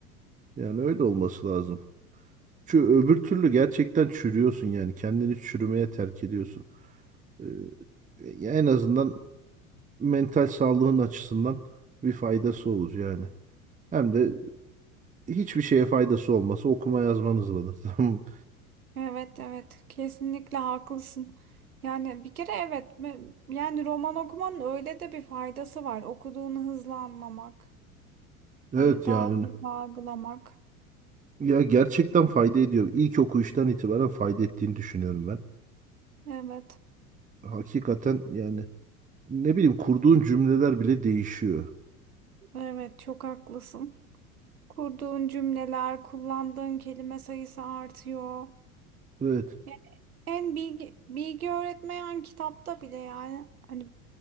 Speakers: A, on the right; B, on the right.
A: yani öyle olması lazım. Çünkü öbür türlü gerçekten çürüyorsun yani kendini çürümeye terk ediyorsun. Ee, ya en azından mental sağlığın açısından bir faydası olur yani. Hem de hiçbir şeye faydası olmasa okuma yazman hızlanır. <laughs> tamam mı?
B: Evet evet kesinlikle haklısın. Yani bir kere evet me- yani roman okumanın öyle de bir faydası var. Okuduğunu hızlı anlamak.
A: Evet
B: Hani daha
A: yani
B: hızlı algılamak.
A: ya gerçekten fayda ediyor. İlk okuyuştan itibaren fayda ettiğini düşünüyorum ben.
B: Evet,
A: Hakikaten yani ne bileyim kurduğun cümleler bile değişiyor.
B: evet çok haklısın. Kurduğun cümleler, kullandığın kelime sayısı artıyor.
A: Evet.
B: Yani en bilgi, bilgi öğretmeyen kitapta bile yani hani